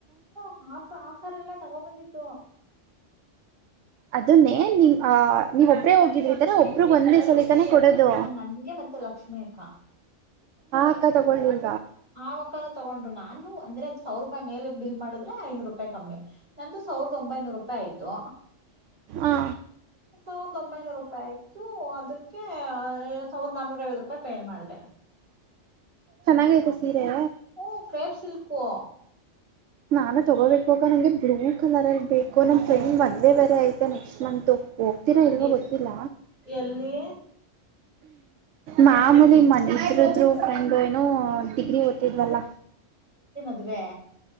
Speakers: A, on the right (about 40°); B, on the right (about 75°).
A: ಹ್ಮ ಆಫ ಆಫರ್ ಎಲ್ಲ ತಗೋ ಬಂದಿದ್ದು
B: ಅದನ್ನೇ ನಿಮ್ ಅ ನೀವ ಒಬ್ರೇ ಹೋಗಿದ್ರಿರ ಒಬ್ರಗ್ ಒಂದನೇ ಸಲ ತಾನೆ ಕೊಡೋದು
A: ಹಾ ನನ್ಗೆ ಮತ್ತೆ ಲಕ್ಷ್ಮಿ ಅಕ್ಕ
B: ಹಾ ಅಕ್ಕ ತೊಗೊಂಡಿಿ
A: ಆ ವಕ್ಕನ ತಗೊಂಡ್ರು ನಾನು ಅಂದ್ರೆ ಅ್ ಸಾವಿರ ರೂಪಾಯಿ ಮೇಲೆ ಬಿಲ್ ಮಾಡಿದ್ರೆ ಐನೂರು ರೂಪಾಯಿ ಕಮ್ಮಿ ನಂದು ಸಾವಿರದ ಒಂಬೈನೂರು ರೂಪಾಯಿ ಆಯ್ತು
B: ಹಾ
A: ಸಾವಿರದ ಒಂಬೈನೂರು ರೂಪಾಯಿ ಆಯ್ತು ಅದಕ್ಕೆ ಸಾವಿರದ ನಾನೂರ ಐವತ್ತು ರೂಪಾಯಿ ಪೇ ಮಾಡಿದೆ
B: ಚೆನ್ನಾಗಐ್ತ ಸೀರೆಯ
A: ಹ್ಮ ಕ್ರೇಪ್ ಸಿಲ್ಕು
B: ನಾನು ತಗೋಬೇಕುವಾಗ ನಂಗೆ ಬ್ಲೂ ಕಲರ್ ಇಗ್ಬೇಕು ನಮ್ ಫ್ರೆಂಡ್ ಒಂದ್ೇ ಬೇರೆ ಐತೆ ನೆಕ್ಸ್ಟ್ ಮಂತು ಹೋಗ್ತೀರಾ ಇಲ್ವ
A: ಎ-
B: ಗೊತ್ತಿಲ್ಲ
A: ಎಲ್ಲಿ
B: ಮಾಮೂಲಿ ಮನ ಇದ್ರದರು ಫ್ರೆಂಡು ಏನು ಡಿಗ್ರಿ ಹೊತ ಮಲ್ಲ
A: ಅುವೆ